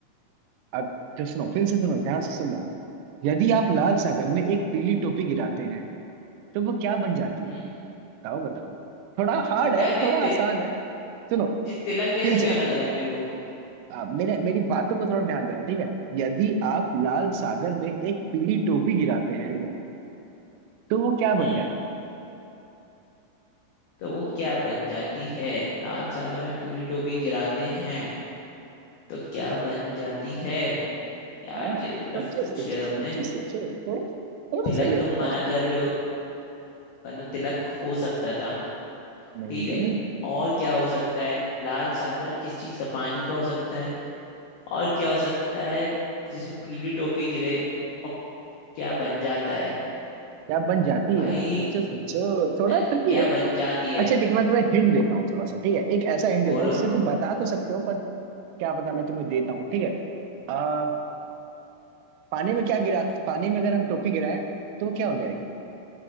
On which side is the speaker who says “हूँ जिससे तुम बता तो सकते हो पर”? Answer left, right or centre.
Right